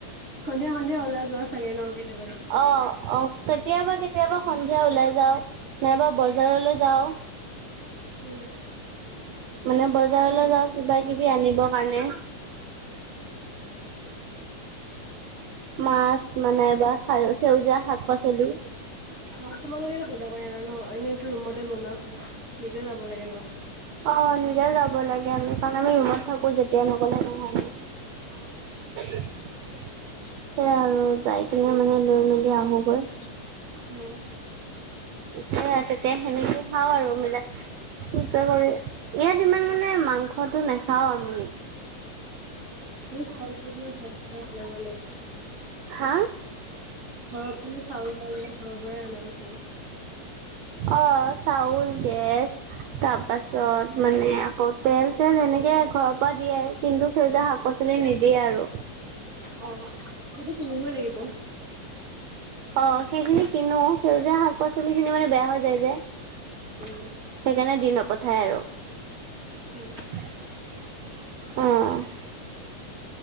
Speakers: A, on the right (about 30°); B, on the right (about 85°).
A: সন্ধিয়া সন্ধিয়া ওলাই যোৱা চাগে ন কেতিয়াবা কেতিয়াবা?
B: অ অ কেতিয়াবা কে কেতিয়াবা সন্ধিয়া ওলাই যাও, নাইবা বজাৰলৈ যাও
A: উম।
B: মানে বজাৰলৈ যাওঁ কিবা কিবি আনিব কাৰণে। মাছ মানে এ বা সেউজীয়া শাক পাচলি
A: অ তোমালোকে বজাৰ কৰি আনা ন এনেইটো ৰুমতে বনোৱা হয় নিজে যাব লাগে ন।
B: অ নিজে যাব লাগে আমি। কাৰণ আমি ৰুমত থাকো যেতিয়া নগলে নহয়।
A: অহ অহ।
B: সেইয়া আৰু যাই কিনে মানে লৈ মেলি আহোঁ গৈ।
A: উম
B: হেইয়া তেতিয়া সেনেকেই খাওঁ আৰু মিলাই। <unintelligible> ইয়াত ইমান মাংসটো নাখাওঁ আমি।
A: <unintelligible>
B: হা?
A: ঘৰত মানে চাউল-তাউল বিলাক ঘৰৰ পৰাই আনাগৈ চাগে?
B: অহ চাউল, গেছ তাৰপাছত মানে আকৌ তেল-চল সেনেকে ঘৰ দিয়ে কিন্তু সেইউয়া শাক পাচলি নিদিয়ে আৰু।
A: অ সেইটোতো কিনিবই লাগিব।
B: অ' সেইখিনি কিনো সেউজীয়া শাক পাচলি খিনি মানে বেয়া হৈ যায় যে
A: উম।
B: সেইকাৰণে দি নপঠায় আৰু
A: উম।
B: অ'